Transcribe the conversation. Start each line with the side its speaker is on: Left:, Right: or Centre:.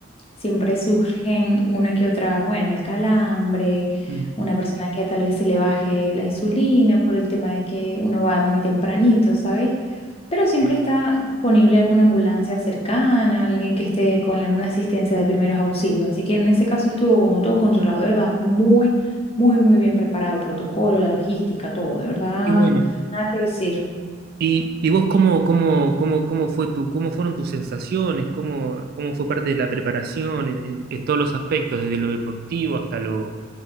Left: Siempre surgen una que otra, bueno, el calambre,
Right: Mm.
Left: una persona que tal vez se le baje la insulina por el tema de que uno va muy tempranito, ¿sabes? Pero siempre
Right: Sí.
Left: está disponible alguna ambulancia cercana, alguien que esté con alguna asistencia de primeros auxilios. Así que en este caso estuvo como todo controlado, de verdad, muy, muy, muy bien preparado el protocolo, la logística, todo, de verdad,
Right: Y bueno,
Left: nada que decir.
Right: ¿y, y vos cómo, cómo, cómo, cómo fue tu, cómo fueron tus sensaciones? ¿Cómo, cómo fue parte de la preparación en, en- en todos los aspectos, desde lo deportivo hasta lo,